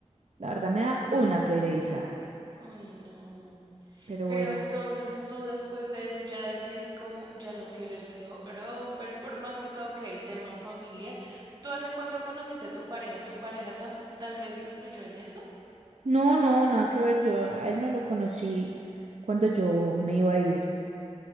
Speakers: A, on the right; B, on the right.
A: la verdad me da una pereza,
B: Ay, no.
A: pero
B: Pero
A: bueno.
B: entonces tú después de eso ya decides como ya no querer ser pero por más que toque el tema familiar. ¿Tú hace cuánto conociste a tu pareja? ¿Tu pareja tam- tal vez influyó en eso?
A: No, no, nada que ver, yo a él no lo conocí cuando yo me iba a ir.